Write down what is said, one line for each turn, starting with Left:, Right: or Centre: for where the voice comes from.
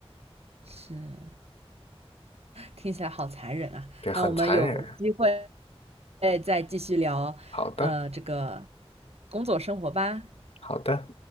Right: 是，听起来好残忍啊。
Left: 对，很残忍。
Right: 那我们有机会再继续聊，
Left: 好的，
Right: 呃，这个工作生活吧。
Left: 好的。